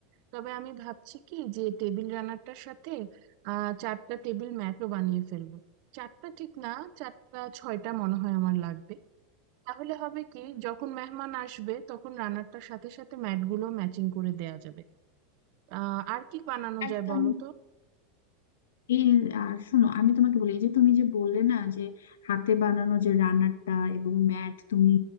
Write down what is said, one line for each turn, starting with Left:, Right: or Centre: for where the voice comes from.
Right: তবে আমি ভাবছি কি যে টেবিল রানারটার সাথে আহ চারটা টেবিল ম্যাটও বানিয়ে ফেলবো চারটা ঠিক না চারটা ছয়টা মনে হয় আমার লাগবে তাহলে হবে কি যখন মেহমান আসবে তখন রানারটার সাথে সাথে ম্যাটগুলো ম্যাচিং করে দেয়া যাবে আহ আর কি বানানো
Left: একদম
Right: যায় বলো তো
Left: এই আর শোনো আমি তোমাকে বলি এই যে তুমি যে বললে না যে হাতে বানানো যে রান্নাটা এবং ম্যাট তুমি